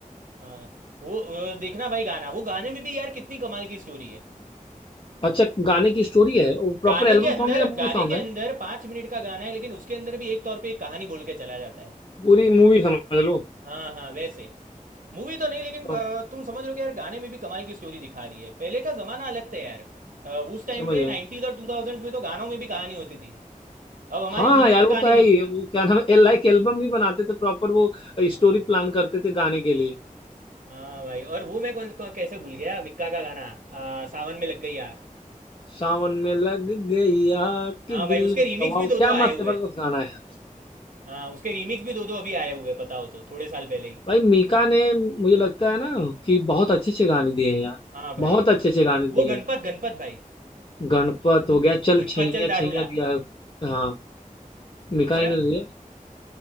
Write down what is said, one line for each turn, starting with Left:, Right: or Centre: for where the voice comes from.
Right: हाँ वो, वो देखना भाई गाना वो गाने में भी यार कितनी कमाल की स्टोरी है
Left: अच्छा गाने की स्टोरी है वो
Right: गाने
Left: प्रॉपर एल्बम
Right: के अंदर
Left: सॉन्ग है या
Right: गाने
Left: मूवी सॉन्ग
Right: के अंदर
Left: है
Right: पाँच मिनट का गाना है लेकिन उसके अंदर भी एक तौर पे एक कहानी बोल के चला जाता है
Left: पूरी मूवी समझ लो
Right: हाँ हाँ वैसे मूवी तो नहीं लेकिन
Left: तो,
Right: अ, तुम समझ रहे हो कि यार गाने में भी कमाल की स्टोरी दिखा रही है पहले का जमाना अलग था यार अ, उस टाइम
Left: समझ
Right: पे
Left: गया
Right: 90s और 2000s में तो गानों में भी कहानी होती थी अब हमारी
Left: हाँ
Right: फिल्मों
Left: हाँ यार
Right: में
Left: वो
Right: कहानी
Left: तो है
Right: नहीं
Left: ही
Right: होती
Left: वो क्या नाम है लाइक एल्बम भी बनाते थे प्रॉपर वो
Right: हाँ
Left: स्टोरी प्लान करते थे गाने के लिए
Right: हाँ भाई और वो मैं कौन कौन- कैसे भूल गया मिक्का का गाना आ, सावन में लग गई आग
Left: सावन में लग गया कि
Right: हाँ भाई
Left: दिल
Right: उसके
Left: मेरा
Right: रीमिक्स
Left: वाह
Right: भी दो
Left: क्या
Right: दो आए
Left: मस्त
Right: हुए
Left: जबरदस्त गाना है यार
Right: हाँ उसके रीमिक्स भी दो दो अभी आए हुए पता हो तो थोड़े साल पहले ही
Left: भाई मीका ने मुझे लगता है ना कि बहुत अच्छे अच्छे गाने दिए हैं यार
Right: हाँ भाई
Left: बहुत
Right: वो
Left: अच्छे अच्छे गाने दिए
Right: वो गणपत
Left: हैं
Right: गणपत भाई
Left: गणपत हो गया चल
Right: गणपत
Left: छैया
Right: चल दारूला
Left: छैया दिया है हाँ मीका
Right: दूसरा
Left: ही ने दिया